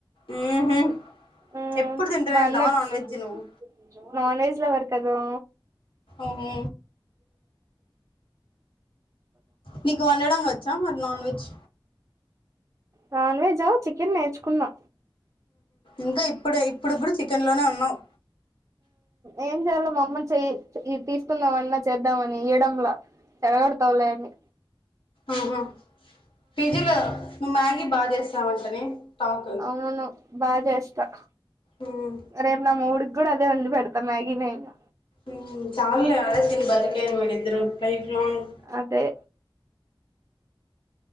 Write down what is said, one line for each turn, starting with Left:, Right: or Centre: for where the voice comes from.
Left: ఉహు
Right: ఉ
Left: ఎప్పుడు తింటూనే
Right: మల్ల
Left: ఉంటావా
Right: వచ్చింది
Left: నాన్ వెజ్ నువ్వు
Right: నాన్ వెజ్ లో పడతదో
Left: ఓహో నీకు వండం వచ్చా మరి నాన్ వెజ్
Right: నాన్ వెెజా చికెన్ నేర్చుకున్నా
Left: ఇంకా ఇప్పుడే ఇప్పుడు కూడా చికెన్ లోనే ఉన్నావ్
Right: ఏం చేయలో అమ్మని చెయ తీసుకుందామన్నా చేద్దామని ఇయ్యడాల చెడ కొడుతాలేన్ని
Left: ఆహా పిజిలో నువ్వు మ్యాగీ బాగా చేస్తావంటనే టాక్
Right: అవును బాగా చేస్తా
Left: మ్మ్
Right: రేపు నా మూడు కూడా అదే వండి పెడతా మ్యాగీ నే ఇగ
Left: ఉ చాల్లే అదే దీని బతుకేరు మీరిద్దరూ లైఫ్ లాంగ్
Right: అదే